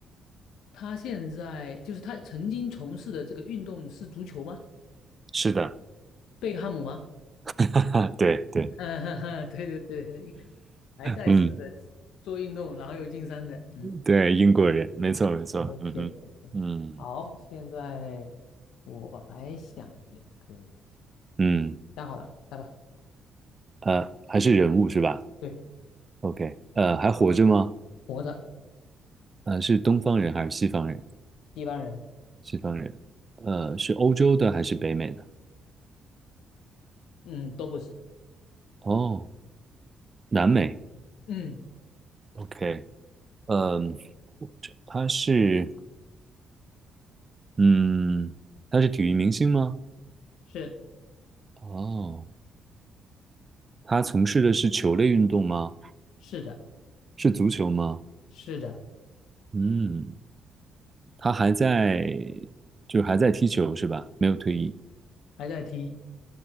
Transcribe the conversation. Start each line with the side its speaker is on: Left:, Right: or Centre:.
Left: 他现在就是他曾经从事的这个运动是足球吗？
Right: 是的，
Left: 贝克汉姆吗？
Right: <laughs> 哈，对对，
Left: <laughs> 嗯，哈哈，对对对，因为还在世的
Right: 嗯，
Left: 做运动，然后又进山的，嗯
Right: 对，英国人，没错没错，
Left: o k
Right: 嗯哼，
Left: o k
Right: 嗯
Left: 好，现在我来想一个，
Right: 嗯，
Left: 想好了，来吧。
Right: 呃，还是人物是吧
Left: 对，
Right: ？OK，呃，还活着吗？
Left: 活着，
Right: 呃，是东方人还是西方人？
Left: 一般人，
Right: 西方人，呃，是欧洲的还是北美的？
Left: 嗯，都不是，
Right: 哦，南美。
Left: 嗯。
Right: OK，嗯，他是，嗯，他是体育明星吗？
Left: 是
Right: 哦，他从事的是球类运动吗？
Left: 是的，
Right: 是足球吗？
Left: 是的，
Right: 嗯，他还在，就是还在踢球是吧？没有退役。
Left: 还在踢，